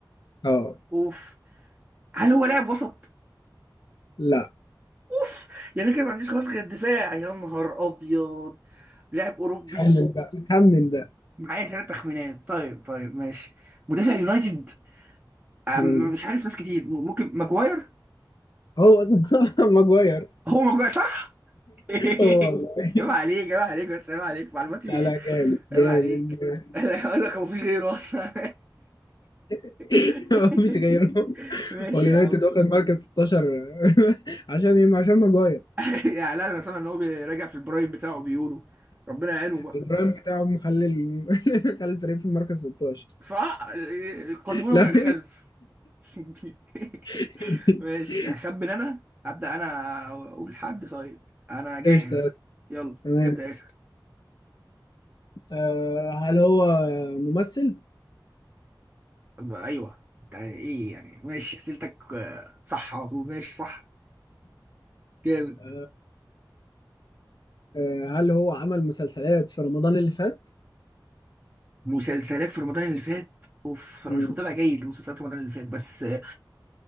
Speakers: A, on the left; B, on the right.
A: اه
B: اوف هل هو لاعب وسط؟
A: لا
B: اوف يعني كده ما عنديش خلاص غير الدفاع يا نهار ابيض لاعب اوروبي
A: خمن بقى خمن ده
B: معايا ثلاث تخمينات طيب طيب ماشي مدافع يونايتد أم-
A: مم.
B: مش عارف ناس كتير م- ممكن ماجواير
A: هو اصلا <laughs> ماجواير
B: هو ماجواير صح <laughs> عيب
A: هو والله <laughs>
B: عليك عيب عليك بس عيب عليك معلوماتي
A: لا لا جامد
B: عيب
A: جامد
B: عليك
A: جامد
B: <laughs> اقول لك هو مفيش غيره اصلا
A: <laughs>
B: <laughs>
A: مفيش غيره
B: ماشي
A: هو اليونايتد
B: يا عم
A: واخد مركز 16 <laughs> عشان ايه عشان ماجواير
B: <laughs> يعني لا انا سامع ان هو بيراجع في البرايم بتاعه بيقولوا ربنا يعينه بقى
A: البرايم بتاعه مخلي ال- <laughs> مخلي الفريق في المركز 16
B: فقادمونا
A: لا
B: من الخلف <laughs>
A: <laughs>
B: ماشي هخمن انا هبدأ انا اقول حد طيب انا جاهز
A: قشطة
B: يلا
A: تمام
B: ابدأ اسأل
A: آه، هل هو ممثل؟
B: طب ايوه انت ايه يعني ماشي اسئلتك آه، صح على طول ماشي صح جامد
A: آه، آه، هل هو عمل مسلسلات في رمضان اللي فات؟
B: مسلسلات في رمضان اللي فات اوف انا
A: مم.
B: مش متابع جيد لمسلسلات رمضان اللي فات بس آه،